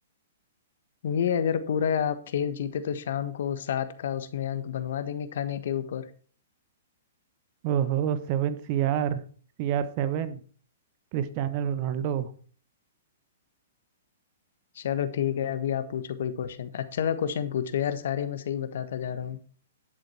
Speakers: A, on the left; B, on the right.
A: ये अगर पूरा आप खेल जीते तो शाम को सात का उसमें अंक बनवा देंगे खाने के ऊपर
B: ओहो seven C R C R seven क्रिस्टियानो रोनाल्डो
A: चलो ठीक है अभी आप पूछो कोई क्वेश्चन अच्छा सा क्वेश्चन पूछो यार सारे मैं सही बताता जा रहा हूँ